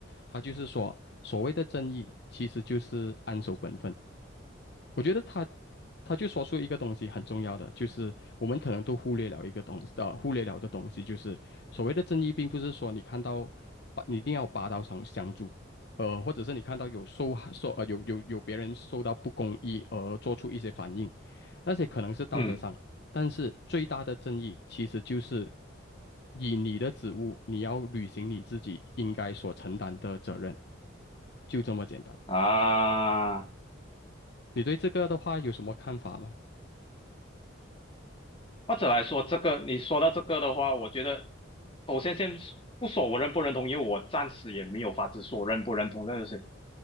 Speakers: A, on the left (about 55°); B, on the left (about 25°).
A: 它就是说所谓的正义其实就是安守本分。我觉得他他就说出一个东西很重要的，就是我们可能都忽略了一个东西，呃，忽略了的东西，就是所谓的正义，并不是说你看到拔，你一定要拔刀上相助，呃，或者是你看到有受害受呃有有有别人受到不公义而做出一些反应，那些可能是道德上，
B: 嗯
A: 但是最大的正义其实就是以你的职务，你要履行你自己应该所承担的责任，就这么简单。
B: 啊，
A: 你对这个的话有什么看法吗？
B: 或者来说，这个你说到这个的话，我觉得首先先不说我认不认同，因为我暂时也没有法子说认不认同这个事情。